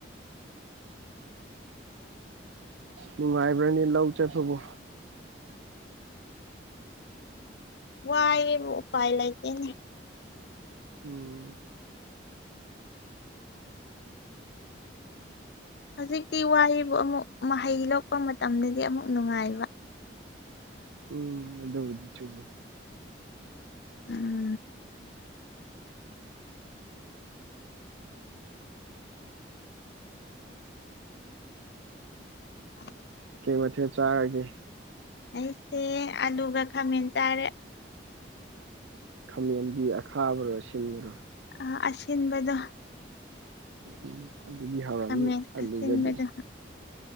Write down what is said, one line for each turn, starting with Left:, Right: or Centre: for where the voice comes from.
Right: ꯅꯨꯡꯉꯥꯏꯕ꯭ꯔꯅꯤ ꯂꯧ ꯆꯠꯄꯕꯨ
Left: ꯋꯥꯏꯌꯦꯕꯨ ꯎꯄꯥꯏ ꯂꯩꯇꯦꯅꯦ
Right: ꯎꯝ
Left: ꯍꯧꯖꯤꯛꯇꯤ ꯋꯥꯏꯌꯦꯕꯨ ꯑꯃꯨꯛ ꯃꯍꯩ ꯂꯣꯛꯄ ꯃꯇꯝꯗꯗꯤ ꯑꯃꯨꯛ ꯅꯨꯡꯉꯥꯏꯕ
Right: ꯎꯝ ꯑꯗꯨꯕꯨꯗꯤ ꯆꯨꯝꯃꯤ
Left: ꯎꯝ <unintelligible>
Right: ꯀꯩ ꯃꯊꯦꯜ ꯆꯥꯔꯒꯦ
Left: ꯑꯩꯁꯦ ꯑꯂꯨꯒ ꯈꯥꯃꯦꯟ ꯆꯥꯔꯦ
Right: ꯈꯥꯃꯦꯟꯕꯤ ꯑꯈꯥꯕꯔꯣ ꯑꯁꯤꯟꯕꯔꯣ
Left: ꯑ ꯑꯁꯤꯟꯕꯗꯣ
Right: ꯎꯝ ꯑꯗꯨꯗꯤ ꯍꯥꯎꯔꯝꯅꯤ
Left: ꯈꯥꯃꯦꯟ
Right: ꯑꯂꯨꯒꯗꯤ
Left: ꯑꯁꯤꯟꯕꯗꯣ